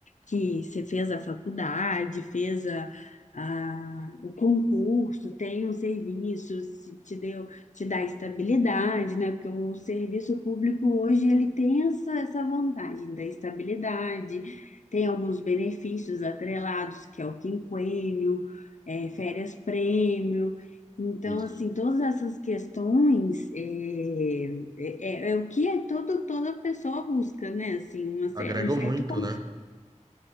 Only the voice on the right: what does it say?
Isso.
Agregou
muito,
né?